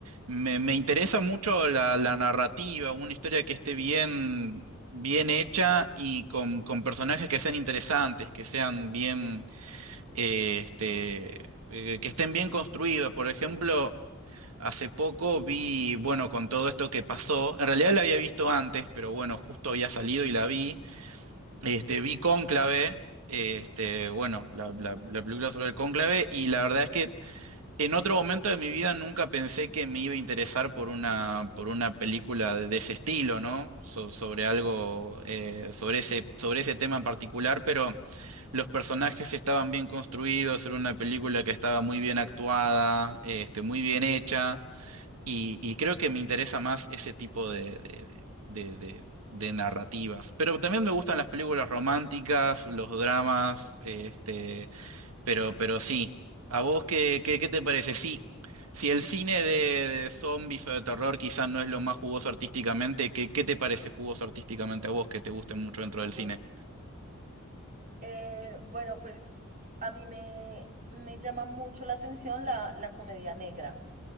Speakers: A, on the right; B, on the right.
A: me, me interesa mucho la, la narrativa, una historia que esté bien, bien hecha y con, con personajes que sean interesantes, que sean bien, eh, este, eh, que estén bien construidos. Por ejemplo, hace poco vi, bueno, con todo esto que pasó, en realidad la había visto antes, pero bueno, justo había salido y la vi. Este, vi Cónclave, este, bueno, la,
B: Ujú.
A: la, la película sobre el cónclave, y la verdad es que en otro momento de mi vida nunca pensé que me iba a interesar por una, por una película de de ese estilo, ¿no? So- sobre algo, eh, sobre ese, sobre ese tema en particular, pero los personajes estaban bien construidos, era una película que estaba muy bien actuada, este, muy bien hecha, y, y creo que me interesa más ese tipo de, de, de, de- de- de narrativas. Pero también me gustan las películas románticas, los dramas, este. Pero, pero sí. ¿A vos qué, qué, qué te parece? Sí, si el cine de, de zombies o de terror quizás no es lo más jugoso artísticamente, ¿qué, qué te parece jugoso artísticamente a vos que te guste mucho dentro
B: Jugoso.
A: del cine?
B: Eh, bueno, pues a mí me, me llama mucho la atención la, la comedia negra.